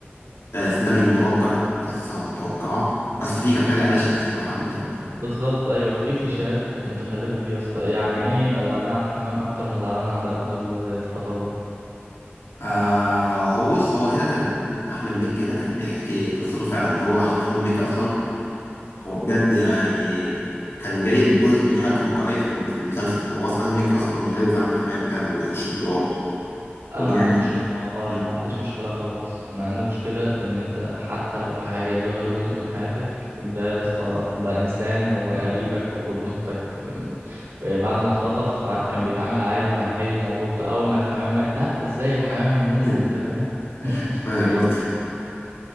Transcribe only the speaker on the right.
بالظبط أيوه في كليشيهات متخلفة فيه يا اسطى يعني إيه يبقى زعلان على الحمام أكتر ما زعلان على ابنه اللي اتخطف ده
انا
ما عنديش مشكله والله
ما عنديش مشكله خالص انا عندي مشكله ان انت حتى لو حاجه دي واخده جزء من حياتك ده يا اسطى
ده انسان وقريبك وابن اختك أم، بعد ما اتخطف عارف كان بيتعامل عادي وهنحل الموضوع بتاع اول ما الحمام مات لا ازاي الحمام يموت
انت فاهم <laughs>